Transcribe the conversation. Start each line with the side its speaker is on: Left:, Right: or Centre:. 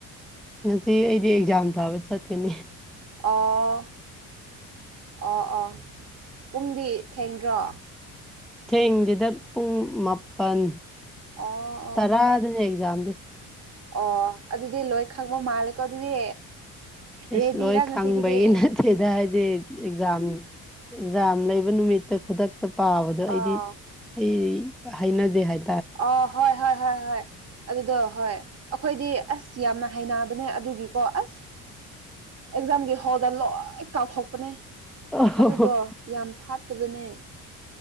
Centre: ꯉꯁꯤ ꯑꯩꯗꯤ ꯑꯦꯛꯖꯥꯝ ꯊꯥꯕ ꯆꯠꯇꯀꯅꯦ
Right: ꯑꯣ ꯑꯣ ꯑꯣ ꯄꯨꯡꯗꯤ ꯊꯦꯡꯗ꯭ꯔꯣ
Centre: ꯊꯦꯡꯁꯤꯗ ꯄꯨꯡ ꯃꯥꯄꯜ
Right: ꯑꯣ ꯑꯣ
Centre: ꯇꯔꯥꯗ ꯖꯗ
Right: ꯑꯣ ꯑꯗꯨꯗꯤ ꯂꯣꯏ ꯈꯥꯛꯕ ꯃꯥꯂꯦꯀꯣ ꯑꯗꯨꯗꯤ
Centre: ꯏꯁꯁ
Right: ꯔꯦꯗꯤꯔꯥ
Centre: ꯂꯣꯏ
Right: ꯉꯁꯤꯒꯤꯗꯤ
Centre: ꯈꯪꯕꯒꯤ ꯅꯠꯇꯦꯗ ꯍꯥꯏꯗꯤ ꯑꯦꯛꯖꯥꯝ ꯑꯦꯛꯖꯥꯝ ꯂꯩꯕ ꯅꯨꯃꯤꯠꯇ ꯈꯨꯗꯛꯇ ꯄꯥꯕꯗꯣ ꯑꯩꯗꯤ
Right: ꯑꯥ
Centre: ꯑꯩ ꯍꯥꯏꯅꯗꯦ ꯍꯥꯏ
Right: ꯑ ꯍꯣꯏ ꯍꯣꯏ ꯍꯣꯏ ꯍꯣꯏ ꯑꯗꯨꯗꯣ ꯍꯣꯏ ꯑꯩꯈꯣꯏꯗꯤ ꯑꯁ ꯌꯥꯝꯅ ꯍꯕꯅꯦ ꯑꯗꯨꯒꯤꯀꯣ ꯑꯁ ꯑꯦꯛꯖꯥꯝꯒꯤ ꯍꯣꯜꯗ ꯂꯣꯏ ꯀꯥꯎꯊꯣꯛꯄꯅꯦ
Centre: ꯑꯣ
Right: ꯑꯗꯨꯗꯣ ꯌꯥꯝ ꯐꯠꯇꯕꯅꯦ